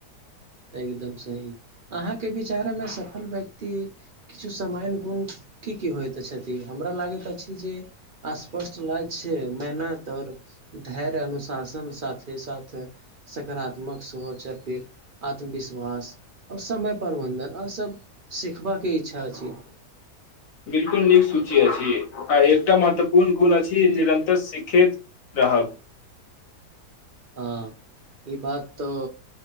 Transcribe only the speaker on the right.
एकदम सही अहाँके विचारमे सफल व्यक्ति किछु समान गुण की की होइत छथि हमरा लागैत अछि जे स्पष्ट लाज छै मेहनत आ ओर धैर्य अनुशासन साथे साथे सकारात्मक सेहो‌ चरप आत्मविश्वास आ और समय प्रबन्धन आ ओरसभ सिखबाके इच्छा छै
हँ ई बात त